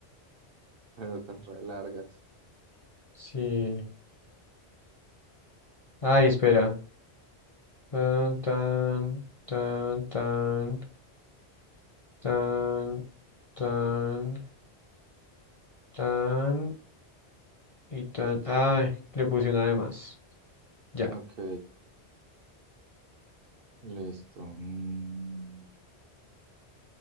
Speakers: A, on the right; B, on the left.
A: pero tan re largas.
B: Sí. Ay, espera. Tan, tan, tan, tan, tan. Tan, tan y tan. Ah, le puse una de más. Ya.
A: Ok, listo. Mm,